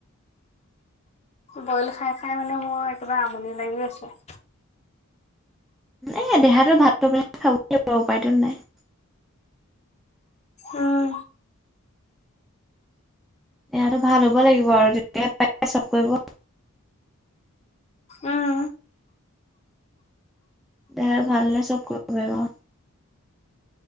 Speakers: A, on the left (about 30°); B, in the centre.
A: বইল খাই খাই মানে মোৰ একেবাৰে আমনি লাগি গৈছে।
B: এ দেহাটো ভাল কৰিবলৈ খাবৈ লাগিব, উপায়তো নাই।
A: উম,
B: দেহাতো ভাল হ'ব লাগিব আৰু, তেতিয়াহে পাৰি চব কৰিব।
A: উম,
B: দেহা ভাল হ'লে চব কৰিব পাৰিব।